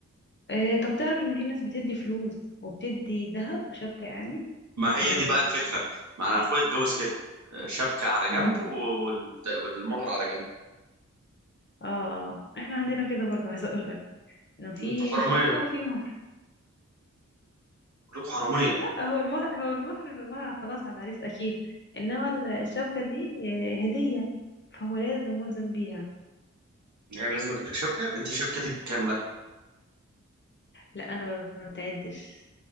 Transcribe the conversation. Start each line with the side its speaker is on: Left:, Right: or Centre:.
Left: إيه طب تعرف إن في ناس بتدي فلوس وبتدي ذهب شبكة يعني
Right: ما هي
Left: بي...
Right: دي بقى الفكرة ما انا اخويا اتجوز كده آه، شبكة على جنب
Left: امم
Right: وال- والمهر على جنب
Left: اه آه. احنا عندنا كده برضه عايزة أقول لك إنه في
Right: انتوا حرامية
Left: شبكة وفي مهر
Right: كلكم حرامية
Left: لا هو المهر هو المهر ما خلاص على العريس اكيد انما ال- الشبكه دي آه، هديه فهو لازم ملزم بيها
Right: يعني لازم اجيب لك شبكة انت شبكتك كام بقى
Left: لا انا ما بتعدش